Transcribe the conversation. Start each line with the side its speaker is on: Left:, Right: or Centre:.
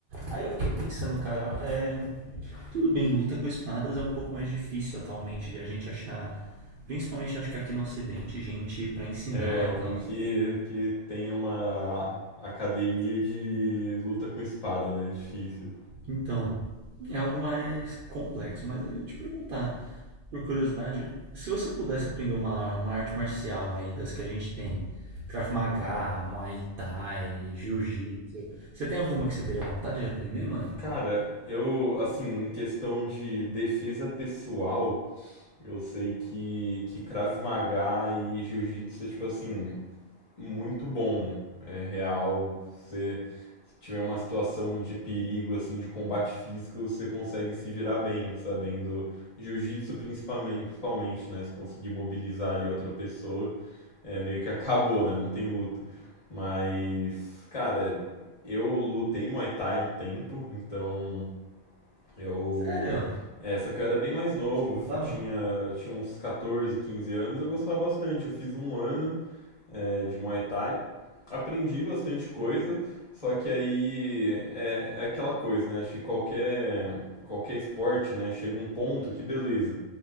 Right: Aí eu fiquei pensando, cara, é, tudo bem, luta com espadas é um pouco mais difícil atualmente de a gente achar. Principalmente acho que aqui no Ocidente, gente pra ensinar
Left: É, alguém
Right: e tal.
Left: que, que tem uma academia de luta com espada, né? É difícil.
Right: Então, é algo mais complexo, mas aí eu ia te perguntar, por curiosidade, se você pudesse aprender uma, uma arte marcial aí das que a gente tem, Krav Maga, Muay Thai, Jiu-Jitsu, você tem alguma que você teria vontade de aprender, mano?
Left: Cara, eu, assim, em questão de defesa pessoal, eu sei que, que Krav Maga e Jiu-Jitsu é tipo assim, muito bom, é real. Você se tiver uma situação de perigo, assim, de combate físico, você consegue se virar bem, sabendo. Jiu-jitsu principalmente, principalmente, né? Se conseguir mobilizar ali a outra pessoa, é meio que <laughs> acabou, né? Não tem luta. Mas, cara, eu lutei Muay Thai um tempo, então eu.
Right: Sério?
Left: É, só que eu era bem mais novo,
Right: Você gostava?
Left: eu tinha, eu tinha uns 14, 15 anos, eu gostava bastante. Eu fiz um ano é, de Muay Thai. Aprendi bastante coisa, só que aí é, é aquela coisa, né? Acho que qualquer, qualquer esporte, né? Chega um ponto que beleza.